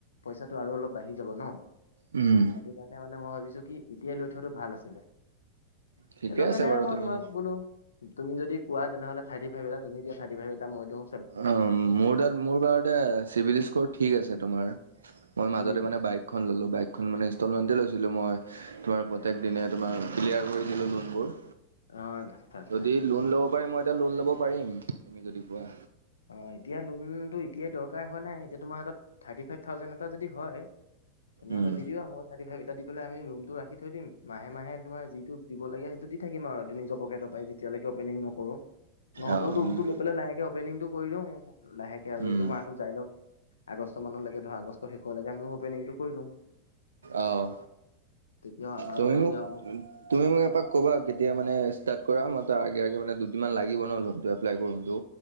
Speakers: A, on the left; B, on the right.
A: পইচাটো আৰু অলপ বাঢ়ি যাব ন।
B: উম!
A: সেইটো কাৰণে মানে মই ভাবিছোঁ কি এতিয়াই লৈ থোৱাটো ভাল আছিলে।
B: ঠিকে
A: সেইটোকাৰণে
B: আছে বাৰু
A: মই
B: তুমি
A: তোমাক কলো। তুমি যদি কোৱা তেনেহ'লে থা্ৰটী ফাইভ এটা তুমি দিয়া থাৰটী ফাইভ এটা মই দিও।
B: অ মোৰ দ মোৰ বাৰতে চিভিল স্কৰ ঠিক আছে তোমাৰ, মই মাজতে
A: উম,
B: মানে বাইকখন ল'লোঁ বাইকখন মানে ইনষ্টলমেণ্টেই লৈছিলোঁ মই, তোমাৰ প্ৰত্যেক দিনে তোমাৰ ক্লিয়াৰ কৰি দিলো লোনবোৰ।
A: অ ত
B: যদি
A: ত,
B: লোন ল'ব পাৰিম মই এতিয়া লোন ল'ব পাৰিম তুমি যদি কোৱা?
A: অ এতিয়া লোনটো এতিয়াই দৰকাৰ হোৱা নাই এতিয়া তোমাৰ হাতত থাৰ্টি ফাইভ থাউজেণ্ড এটা যদি হয়। তেনেহ'লে
B: উম।
A: দি দিব মই থাৰটি ফাইভ এটা দি পেলাই আমি ৰুমটো ৰাখি থৈ দিম মাহে মাহে তোমাৰ যিটো- দিব লাগে সেইটো দি থাকিম আৰু নিজৰ পকেট এ পৰাইতিয়ৈকে অপেনিং নকৰোঁ নহ'লেও
B: অ'
A: ৰুমটো লৈ পেলাই লাহে, অপেনিংটো কৰি দিও লাহেকে আৰু
B: উম
A: এইটো মাহটো যাই লওক। আগষ্ট মানলৈকে ধৰ আগষ্ট শেষলৈকে আমি অপেনিংটো কৰি দিওঁ।
B: আহ
A: তেতিয়া আমাৰো
B: তুমি
A: সুবিধা
B: মোক।
A: হ'ব।
B: তুমি মোক এপাক ক'বা কেতিয়া মানে ষ্টাৰ্ট কৰা মই ত আগে আগে মানে দুদিনমান লাগিব ন লোনটো এপ্লাই কৰোটো।